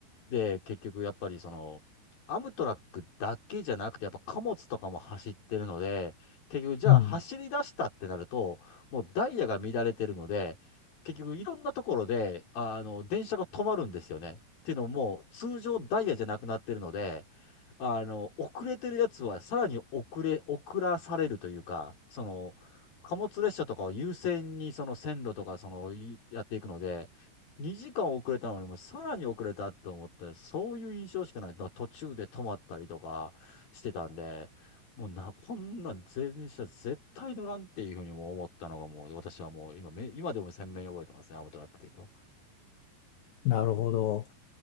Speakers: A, on the left; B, on the left.
A: で、結局やっぱりその、アムトラックだけじゃなくて、やっぱ貨物とかも走ってるので、結局じゃあ走り出したってなると、
B: ううん、
A: もうダイヤが乱れてるので、結局いろんなところで、あの、電車が止まるんですよね。っていうのも、もう通常ダイヤじゃなくなってるので、あの、遅れてるやつはさらに遅れ、遅らされるというか、その、貨物列車とかを優先にその線路とかその、やっていくので、2時間遅れたのにもさらに遅れたと思って、そういう印象しかない。だから途中で止まったりとかしてたんで、もうな、こんなん電車絶対乗らんっていうふうにも思ったのがもう私はもう今め、今でも鮮明に覚えてますね、アムトラックっていうと。
B: なるほど。